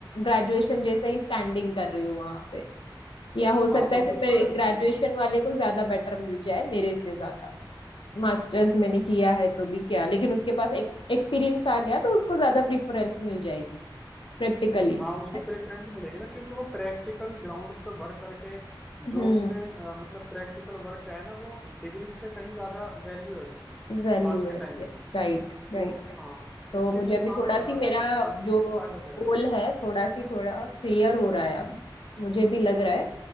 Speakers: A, on the left; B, in the centre.
A: ग्रेजुएशन जैसा ही स्टैंडिंग कर रही हूँ वहां पे या हो सकता
B: हाँ तो
A: है फिर
B: कुछ
A: मेरे
B: फायदा
A: ग्रेजुएशन
B: थोड़ी ना
A: वाले को ज्यादा बेटर मिल जाए मेरे से ज्यादा मास्टर्स मैंने किया है तो भी क्या लेकिन उसके पास एक एक्सपीरियंस आ गया तो उसको ज्यादा प्रेफरेंस मिल जाएगी प्रैक्टिकली
B: हाँ उसको
A: है ना?
B: प्रेफरेंस मिलेगी ना क्योंकि वो प्रैक्टिकल ग्राउंड पे वर्क करके
A: हम्म
B: जो उसने अ, मतलब प्रैक्टिकल वर्क किया है ना वो डिग्री से कहीं ज्यादा वैल्यू है उसकी
A: वैल्यू
B: आज
A: है
B: के टाइम
A: Yes
B: में
A: right right
B: तो
A: right
B: हाँ क्योंकि
A: तो मुझे
B: वो
A: अभी
B: काम
A: थोड़ा
B: करा
A: सी
B: रहा
A: मेरा
B: है वो कंपनी
A: जो
B: को फायदा दे रहा
A: गोल
B: है
A: है थोड़ा सी थोड़ा क्लियर हो रहा है अब मुझे भी लग रहा है